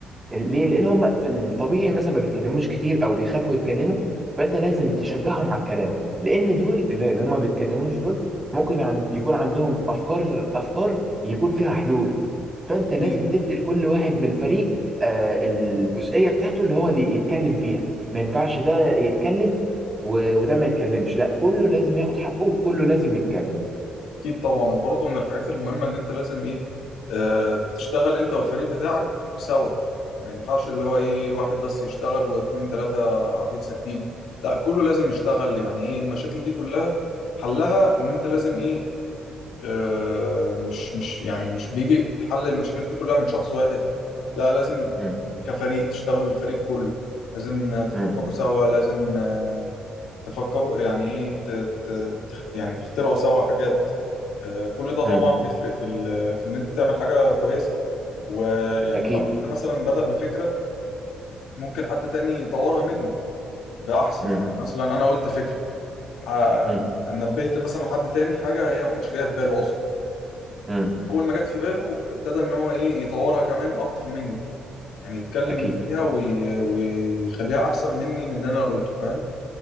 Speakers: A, on the right; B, on the left.
A: ليه لان هم في الطبيعي مثلا ما بيتكلموش كتير او بيخافوا يتكلموا فانت لازم تشجعهم على الكلام لان دول اللي اللي هم ما بيتكلموش دول ممكن عن- يكون عندهم افكار افكار يكون فيها حلول فانت لازم
B: اكيد
A: تدي لكل واحد من الفريق آه، الجزئية بتاعته اللي هو اللي يتكلم فيها ما ينفعش ده يتكلم و- وده ما يتكلمش لا كله لازم ياخد حقه وكله لازم يتكلم
B: اكيد طبعا وبرضه من الحاجات المهمه ان انت لازم ايه آه تشتغل انت والفريق بتاعك سوا ما ينفعش اللي هو ايه واحد بس يشتغل واتنين تلاته قاعدين ساكتين لا كله لازم يشتغل يعني ايه المشاكل دي كلها حلها ان انت لازم ايه آه، مش مش يعني مش بيجي حل المشاكل دي كلها من شخص واحد لا لازم
A: مم.
B: كفريق تشتغلوا الفريق كله لازم آه، تفكروا
A: مم.
B: سوا لازم آه، تفكروا يعني ايه ت- ت- تخ- يعني تخترعوا سوا حاجات آه، كل ده طبعا
A: مم.
B: بيفرق في ال- في ان انت تعمل حاجة كويسة ويعني
A: أكيد
B: لو حد مثلا بدأ بفكرة ممكن حد تاني يطورها منه ده احسن
A: مم.
B: يعني مثلا انا قلت فكرة ح-
A: مم.
B: نبهت مثلا حد تاني حاجة هي ما كانتش جاية في باله اصلا
A: مم.
B: اول ما جت في باله ابتدى ان هو ايه يطورها كمان اكتر مني يعني يتكلم
A: أكيد
B: فيها وي... وي... ويخليها احسن مني من اللي انا قلته فاهم